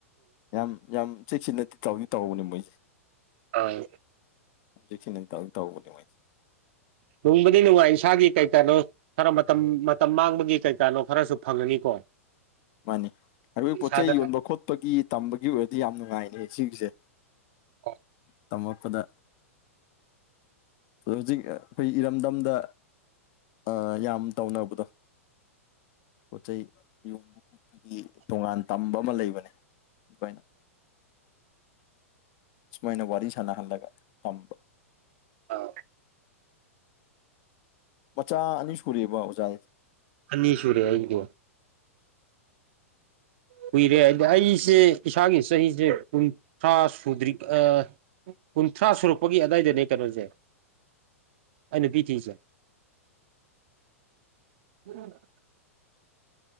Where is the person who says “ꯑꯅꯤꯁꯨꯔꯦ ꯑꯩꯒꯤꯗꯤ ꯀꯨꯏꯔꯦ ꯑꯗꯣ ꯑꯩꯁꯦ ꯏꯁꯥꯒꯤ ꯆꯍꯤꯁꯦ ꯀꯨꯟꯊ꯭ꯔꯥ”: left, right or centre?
Right